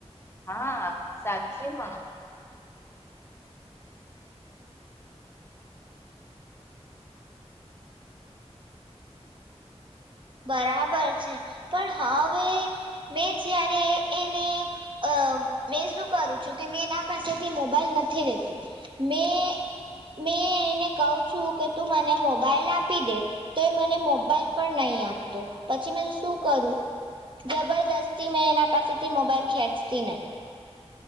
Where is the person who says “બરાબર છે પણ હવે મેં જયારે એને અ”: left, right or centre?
Right